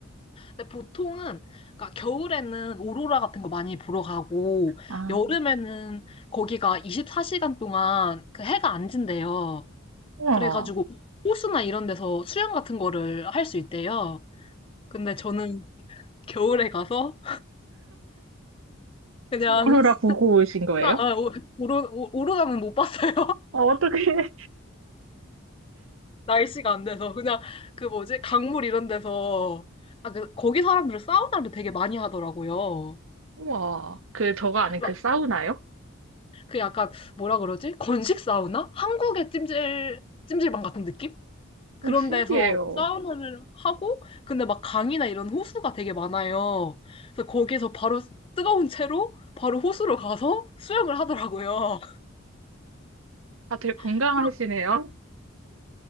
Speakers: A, on the left; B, on the right.
A: 근데 보통은, 그러니까 겨울에는 오로라 같은 거 많이 보러 가고,
B: 아.
A: 여름에는 거기가 24시간 동안 그 해가 안 진대요.
B: 와,
A: 그래가지고 호수나 이런 데서 수영 같은 거를 할 수 있대요. 근데 저는 겨울에 가서 그냥
B: 오로라
A: <laughs>
B: 보고 오신 거예요?
A: 나 아, 오- 오로 오- 오로라는 못 봤어요.
B: 아, 어떡해.
A: 날씨가 안 돼서 그냥 그 뭐지 강물 이런 데서 아, 그 거기 사람들은 사우나를 되게 많이 하더라고요.
B: 우와, 그 저거 아닌
A: 막
B: 그 사우나요?
A: 그 약간 뭐라 그러지? 건식 사우나? 한국의 찜질 찜질방 같은 느낌? 그런
B: 오, 신기해요.
A: 데서 사우나를 하고 근데 막 강이나 이런 호수가 되게 많아요. 그래서 거기서 바로 뜨거운 채로 바로 호수로 가서 수영을 하더라고요.
B: 다들 건강하시네요.
A: <laughs>